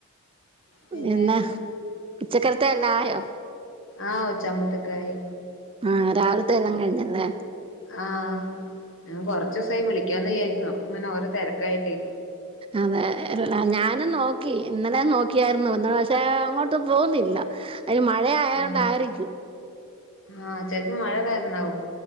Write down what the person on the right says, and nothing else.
എന്ന ഉച്ചക്കത്തെയെല്ലാം ആയോ
ആഹ് രാവിലത്തെ എല്ലാം കഴിഞ്ഞല്ലേ
അതെ ഞാനും നോക്കി ഇന്നലെ നോക്കിയായിരുന്നു ഒന്ന് പക്ഷെ അങ്ങോട്ട് പോവുന്നില്ല അതിന് മഴ ആയൊണ്ടായിരിക്കും